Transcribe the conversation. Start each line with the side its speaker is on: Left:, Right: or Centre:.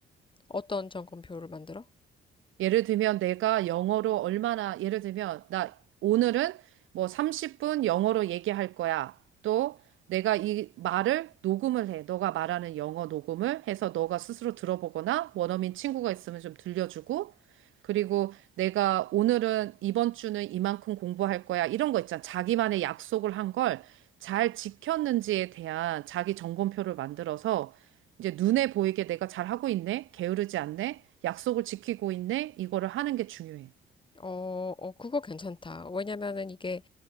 Left: 어떤 점검표를 만들어?
Right: 예를 들면 내가 영어로 얼마나, 예를 들면 나 오늘은 뭐 30분 영어로 얘기할 거야. 또 내가 이 말을 녹음을 해. 너가 말하는 영어 녹음을 해서 너가 스스로 들어보거나 원어민 친구가 있으면 좀 들려주고. 그리고 내가 오늘은 이번 주는 이만큼 공부할 거야. 이런 거 있잖아. 자기만의 약속을 한 걸 잘 지켰는지에 대한 자기 점검표를 만들어서 이제 눈에 보이게 내가 잘하고 있네, 게으르지 않네, 약속을 지키고 있네, 이거를 하는 게 중요해.
Left: 어, 어, 그거 괜찮다. 왜냐면은 이게